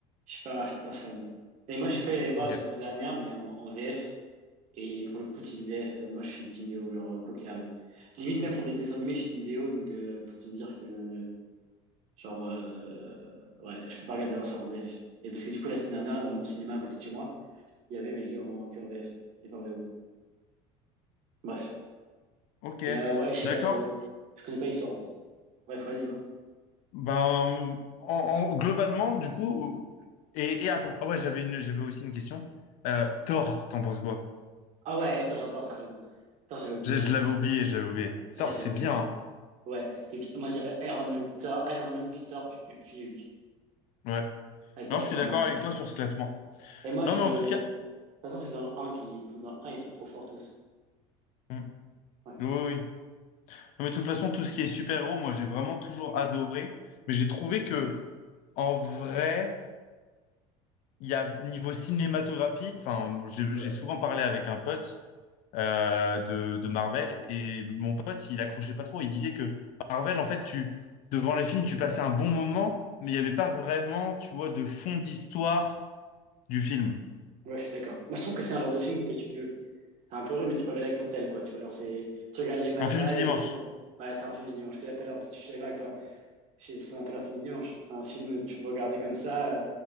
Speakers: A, on the right (about 55°); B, on the left (about 60°).
A: je suis pas, je suis pas fan. Et moi, j'ai failli aller le voir
B: Ok.
A: la semaine dernière, mais en, en VF. Et pour le coup, Team VF, euh, moi, je suis Team VO, genre, euh, quoi qu'il arrive. Limite, même pour des dessins animés, je suis Team VO, donc euh, pour te dire que, genre, euh, ouais, je peux pas regarder ça en VF. Et parce que du coup, la semaine dernière, dans mon cinéma à côté de chez moi, il y avait, mais que en, que en VF, et pas en VO. Bref.
B: Ok,
A: Mais euh, ouais, je sais
B: d'accord.
A: pas trop. Je connais pas l'histoire en fait. Bref, vas-y, va.
B: Ben, en, en- globalement, du coup, et, et attends, ah ouais, j'avais une, j'avais aussi une question. Euh, Thor, t'en penses quoi?
A: Ah ouais, attends, j'adore, t'as raison. Attends, j'avais oublié.
B: Je, je l'avais oublié, j'avais oublié.
A: Eh,
B: Thor,
A: j'avais
B: c'est
A: oublié.
B: bien, hein.
A: Ouais. Donc, moi, je dirais Iron Man, Thor, Iron Man, puis Thor, puis, puis Hulk.
B: Ouais.
A: Ouais, Thor,
B: Non, je
A: c'est
B: suis
A: vraiment
B: d'accord
A: un bunker.
B: avec toi sur ce classement.
A: Et moi, je.
B: Non, mais en tout cas,
A: De toute façon, c'est dans le un qui. Dans le un ils sont trop forts tous.
B: hmm.
A: Ouais.
B: oui, oui. oui. Non, mais de toute façon, tout ce qui est super-héros, moi, j'ai vraiment toujours adoré. Mais j'ai trouvé que, en vrai, il y a niveau cinématographie, enfin, j'ai
A: Ouais,
B: j'ai souvent parlé avec un pote euh, de, de Marvel. Et mon pote, il accrochait pas trop. Il disait que Marvel, en fait, tu, devant les films, tu passais un bon moment, mais il n'y avait pas vraiment, tu vois, de fond d'histoire du film.
A: ouais je suis d'accord. Moi, je trouve que c'est un genre de film que tu peux. C'est un peu vrai, mais tu peux regarder avec ton tel, quoi. Tu vois, genre, c'est. Tu regardes les batailles
B: Un film du dimanche.
A: et tout. Ouais, c'est un film du dimanche que j'appelle. En fait, je suis d'accord avec toi. C'est c'est un peu l'infini dimanche. C'est un film, que tu peux regarder comme ça, euh,